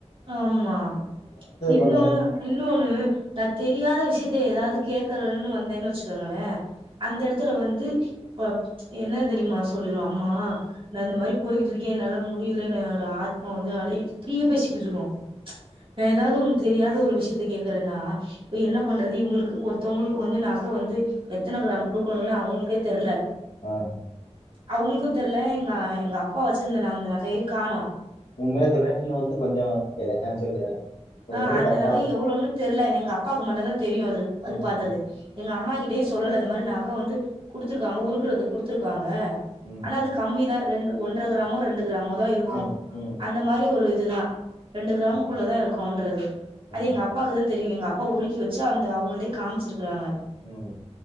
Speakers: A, on the right; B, on the left.
A: ஆமா இன்னொனு
B: பண்ணது
A: இன்னொனு நா தெரியாத விஷயத்த ஏதாது கேக்கனுனு வந்தேன்னு வச்சு கங்கள அந்த எடத் துல வந்து இப்பப் என்னத் தெரிமா சொல்லிரோ அம்மா நா இந்த மாரி போய்கிட்ருக்கே என்னால முடில என்னோட ஆ பா வந்து அலையு இப்டியே பேசி இட்ருகு நா ஏதாது ஒண்ணு தெரியாத ஒரு விஷயத் துகே குறனா இப்ப என்ன பண்றது இவுங்களுக் கு ஒருத்தவங்களுக்கு வந்து நக வந்து எத்தன க்ரேம் குடுக்கணுனு அவங்களுக்கே தெர்ல
B: ஆ
A: அவங்களுக்கு தெர்ல எங் அ எங்க அப்பா வச்சிந்த ந அந்த நகைய காணு
B: உண்மைல சொல்ற நீ வந்து கொஞ்சோ கேத ஆ சொல்லு ஆ இப்ப
A: ஆ
B: சொல்றது
A: அந்த
B: கரெக்டான
A: நக எவ்ளோன்னு தெர்ல ங் அப்பாக்கு மட்டு தா த் தெரியு அது அது
B: ம்
A: பாத்தது
B: ம்
A: எங்க அம்மா கிட்டயு சொல்லல அந்த மாரி நக வந்து குடுத்துருக்காங்க உருக்குறதுக் குடுத்துருக்காங்க
B: ம்
A: ஆனா அது கம்மி தா ரெண்டு ஒன்ற க்ராமோ ரெண்டு க்ராமோ தா இருக்கு
B: ம் ம்
A: அந்த மாரி ஒரு துதா ரெண்டு க்ராமுக்குள்ள
B: ம்,
A: தா இருக் கொன்றது அது
B: ம்
A: எங்க அப்பாக்கு தான் தெரியு எங்கப்பா உருக்கி வச்சா அந்த அவங்கள்ட்டே காமிச்சிருக்கறாங்க
B: ம்